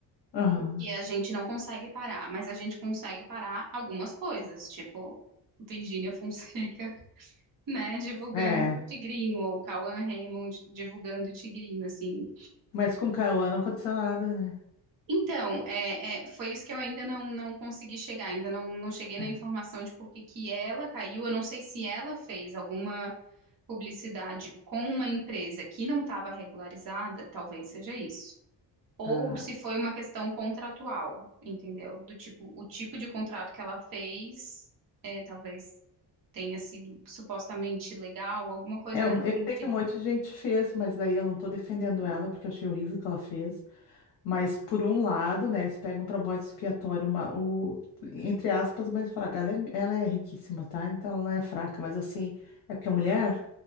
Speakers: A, on the left (about 65°); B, on the right (about 50°).
A: Aham.
B: que a gente não consegue parar, mas a gente consegue parar algumas coisas, tipo Virgínia Fonseca né, divulgando
A: É.
B: o Tigrinho, ou Cauã Raymond divulgando o Tigrinho, assim.
A: Mas com Cauã não aconteceu nada, né?
B: Então, é, é, foi isso que eu ainda não, não consegui chegar, ainda não, não cheguei na
A: É.
B: informação de por que que ela caiu. Eu não sei se ela fez alguma publicidade com uma empresa que não estava regularizada, talvez seja isso. Ou
A: Ah.
B: se foi uma questão contratual, entendeu? Do tipo, o tipo de contrato que ela fez, é, talvez tenha sido supostamente legal, alguma coisa
A: É,
B: nesse
A: um- eu
B: sentido.
A: sei que um monte de gente fez, mas daí eu não tô defendendo ela, porque eu achei horrível o que ela fez. Mas, por um lado, né, eles pegam para bode expiatório uma, o, entre aspas, mas fraca. Ela é, ela é riquíssima, tá? Então ela não é fraca, mas assim, é porque é mulher?